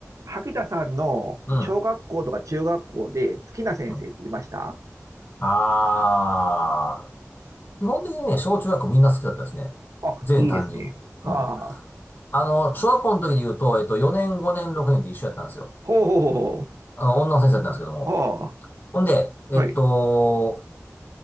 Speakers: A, on the right (about 75°); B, on the left (about 35°).
A: 萩田さんの小学校とか中学校で好きな先生っていました
B: うん。うんああ、基本的にね、小中学校みんな好きだったですね。
A: あ、
B: 全担任。
A: いいですね。はあ。
B: うん。あの、小学校の時で言うと、えっと、4年、5年、6年って一緒やったんですよ。
A: ほうほうほうほ
B: あの、女の先生だったんですけども。
A: う。は
B: ほんで、えっと、
A: あ、はい。